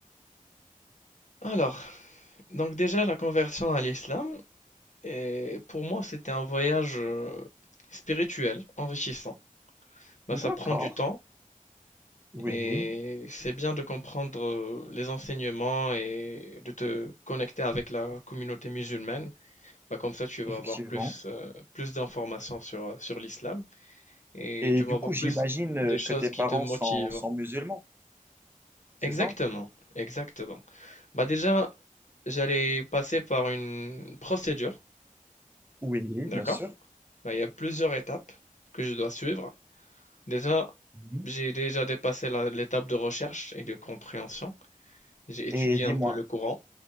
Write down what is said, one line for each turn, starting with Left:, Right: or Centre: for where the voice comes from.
Left: Alors, donc déjà la conversion à l'islam, et pour moi c'était un voyage euh, spirituel, enrichissant. Bah, ça
Right: D'accord,
Left: prend du temps
Right: oui,
Left: et c'est bien de comprendre euh, les enseignements et de te connecter avec la communauté musulmane. Bah, comme ça, tu vas
Right: effectivement.
Left: avoir plus, euh, plus d'informations sur, euh, sur l'islam et
Right: Et
Left: tu
Right: du
Left: vas avoir
Right: coup, j'imagine
Left: plus
Right: euh,
Left: des choses
Right: que tes
Left: qui
Right: parents
Left: te motivent.
Right: sont, sont musulmans, c'est
Left: Exactement,
Right: ça?
Left: exactement. Bah déjà, j'allais passer par une procédure,
Right: Oui, bien
Left: d'accord?
Right: sûr.
Left: Bah, il y a plusieurs étapes que je dois suivre. Déjà,
Right: Mhm.
Left: j'ai déjà dépassé la- l'étape de recherche et de compréhension. J'ai étudié
Right: Et dis-moi,
Left: un peu le Coran.